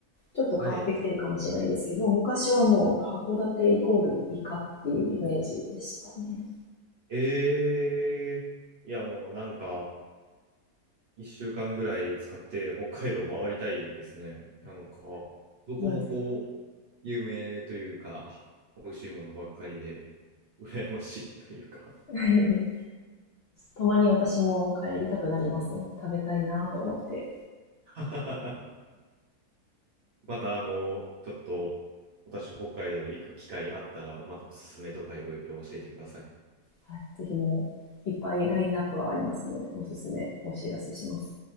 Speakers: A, on the left; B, on the right.
A: ちょっと変わってきてるかもしれないですけど、
B: はい。
A: 昔はもう函館イコールイカっていうイメージでしたね。
B: ええ、いやもうなんか一週間ぐらい使って北海道回りたいですね。なんかどこもこう
A: はい
B: 有名というか美味しいものばっかりで羨ましいというか
A: <laughs> たまに私も帰りたくなりますもん。食べたいなと思って。
B: <laughs> また、あの、ちょっと、私、北海道行く機会あったら、またおすすめとかいろいろ教えてください。
A: はい。ぜひもういっぱいラインナップはありますので、おすすめお知らせします。